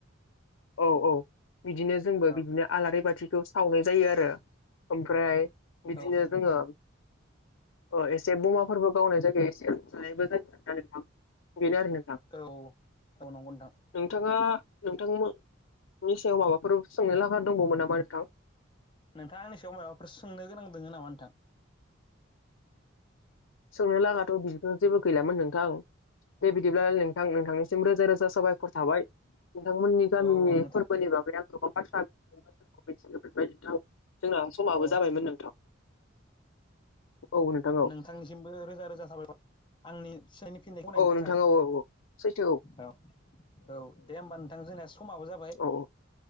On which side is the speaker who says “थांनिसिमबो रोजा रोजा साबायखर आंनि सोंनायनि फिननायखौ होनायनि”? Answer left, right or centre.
Left